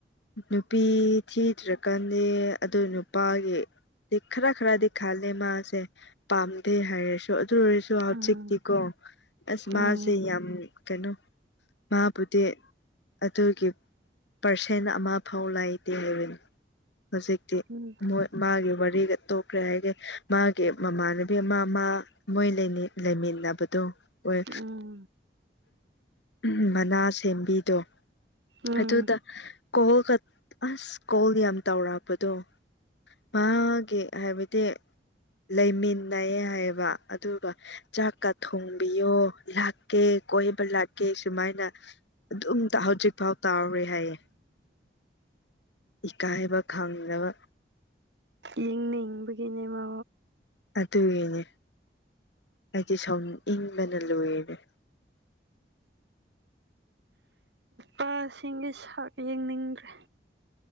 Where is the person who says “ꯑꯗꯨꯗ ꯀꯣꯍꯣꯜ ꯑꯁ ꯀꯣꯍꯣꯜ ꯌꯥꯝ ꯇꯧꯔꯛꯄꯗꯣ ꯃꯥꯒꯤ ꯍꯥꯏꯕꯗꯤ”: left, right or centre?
Left